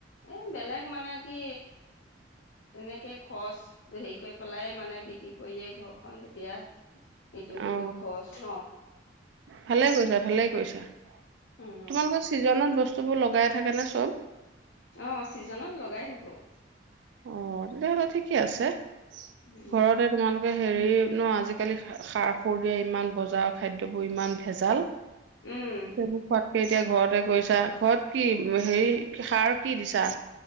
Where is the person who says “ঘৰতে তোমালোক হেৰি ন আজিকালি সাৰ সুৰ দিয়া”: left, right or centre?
Right